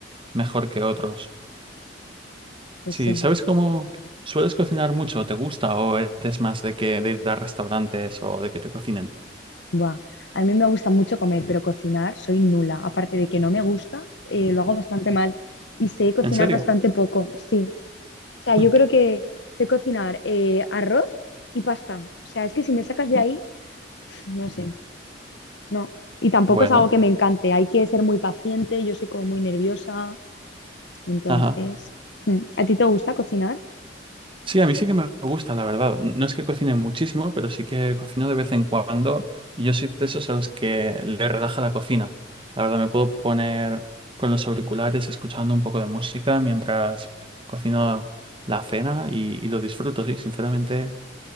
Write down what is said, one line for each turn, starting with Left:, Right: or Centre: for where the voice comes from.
Right: mejor que otros.
Left: pues
Right: Sí,
Left: sí.
Right: ¿sabes cómo sueles cocinar mucho? ¿Te gusta? ¿O eres más de que de ir a restaurantes o de que te cocinen?
Left: Buah. A mí me gusta mucho comer, pero cocinar soy nula. Aparte de que no me gusta, eh, lo hago bastante mal y sé cocinar
Right: ¿En serio?
Left: bastante poco, sí. O sea,
Right: <laughs>
Left: yo creo que sé cocinar eh, arroz y pasta. O sea, es que si me sacas de ahí, no sé, no. Y tampoco
Right: Bueno,
Left: es algo que me encante. Hay que ser muy paciente, yo soy como muy nerviosa. Entonces,
Right: ajá.
Left: mm. ¿a ti te gusta cocinar?
Right: Sí, a mí sí que me gusta, la verdad. No es que cocine muchísimo, pero sí que cocino de vez en cuando y yo soy de esos a los que le relaja la cocina. La verdad, me puedo poner con los auriculares escuchando un poco de música mientras cocino la cena y, y lo disfruto, sí, sinceramente